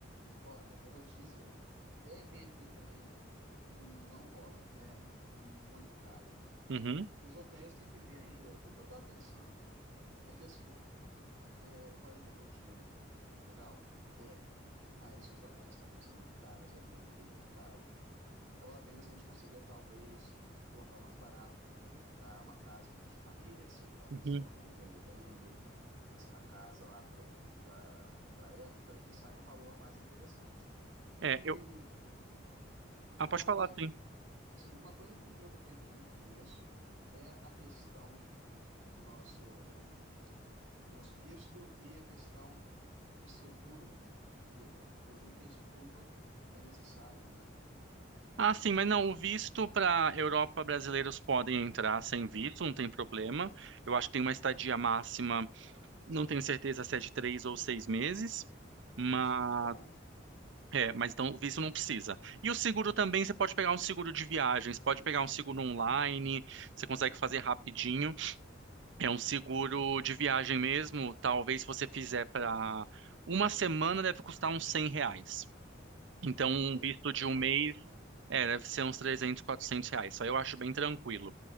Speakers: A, on the right (about 90°); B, on the right (about 70°).
A: Olha, eu vou te dizer, Airbnb pra mim não rola, é muito caro.
B: Uhum.
A: Os hotéis tem que ver ainda. O que eu tava pensando é que assim, é 40 mil é um dinheiro legal? É, mas os hotéis também são muito caros, Airbnb é muito caro. Tava vendo se a gente conseguia, talvez, um local mais barato pra gente poder ficar, uma casa de família, assim, talvez
B: Uhum.
A: tenha uma família alugando as- a, casa lá pra para época, que saia um valor mais interessante. E
B: É, eu. Ah,
A: uma
B: pode falar,
A: coisa que, sim, uma coisa que eu me preocupei muito com isso é a questão do nosso, do nosso visto e a questão de seguro de vida. Eu vi que isso tudo é necessário, né?
B: Ah, sim, mas não, o visto para Europa brasileiros podem entrar sem visto, não tem problema. Eu acho que tem uma estadia máxima, não tenho certeza se é de três ou seis meses, mas
A: Não sei, muito bom.
B: é, mas então o visto não precisa. E o seguro também, você pode pegar um seguro de viagens, pode pegar um seguro online, você consegue fazer rapidinho. É um seguro de viagem mesmo, talvez se você fizer para uma semana deve custar uns 100 reais. Então,
A: Ah,
B: um
A: então deve,
B: visto de
A: deve
B: um
A: valer
B: mês
A: a pena, né?
B: é, deve ser uns 300, 400 reais. Só eu acho bem tranquilo.